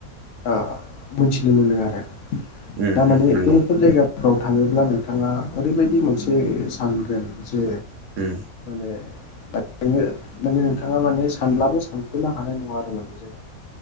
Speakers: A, on the left; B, on the right.
A: आ मोनथिनो मोनो आरो
B: उम
A: तामाने
B: उम नंगौ
A: बेफोर जायगा याव थाङोब्ला नोंथाङा ओरैबायदि मोनसे सानगोन जे
B: उम
A: <unintelligible> माने नोंथाङा माने सानब्लाबो सानख'नो हानाय नङा आरो माने जोङो।